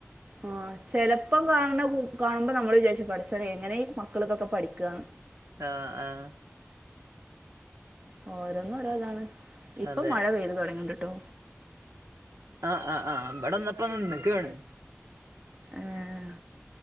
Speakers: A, on the right; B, on the right.
A: ആഹ് ചെലപ്പം കാണ കാണുമ്പോ നമ്മൾ വിചാരിച്ചു പടച്ചോനെ എങ്ങനെ ഈ മക്കളൊക്കെ പഠിക്ക
B: ആഹ് ആഹ്
A: ഓരോന്നും ഓരോ ഇതാണ് ഇപ്പം
B: അതെ
A: മഴ പെയ്ത് തൊടങ്ങ്ണ്ട്ട്ടോ
B: ആഹ് ആഹ് ആഹ് ഇബടെന്നപ്പ നിന്ന്ക്കാണ്
A: ഏഹ്